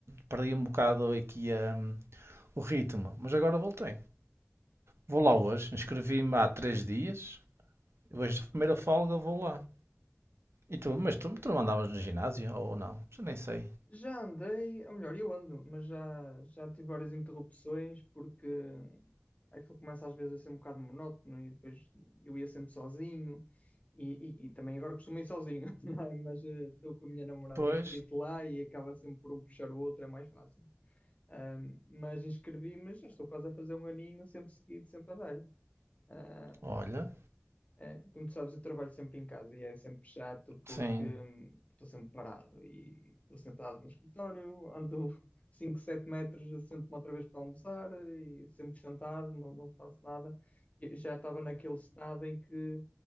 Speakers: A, on the right; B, on the left.
A: perdi um bocado aqui hum, o ritmo. Mas agora voltei. Vou
B: fiz,
A: lá hoje, inscrevi-me há três dias. Hoje, de primeira folga, vou lá. E tu, mas tu, tu não
B: fiz.
A: andavas no ginásio ou não? Já nem sei.
B: Já andei, ou melhor, eu ando, mas já, já tive várias interrupções porque aquilo começa às vezes a ser um bocado monótono e depois eu ia sempre sozinho e, e- e também agora costumo ir sozinho, <laughs> não é? Mas eh, estou com a minha namorada
A: Pois,
B: inscrito lá e acaba sempre por um puxar o outro, é mais fácil. Ahm, mas inscrevi-me, já estou quase a fazer um aninho, sempre seguido, sempre a dar-lhe. Ah,
A: olha,
B: é, como tu sabes, eu trabalho sempre em casa e é sempre chato porque
A: sim.
B: hum, estou sempre parado e estou sentado no escritório, ando <laughs> 5, 7 metros, sento-me outra vez para almoçar e sempre sentado, não, não faço nada. Eu já estava naquele estado em que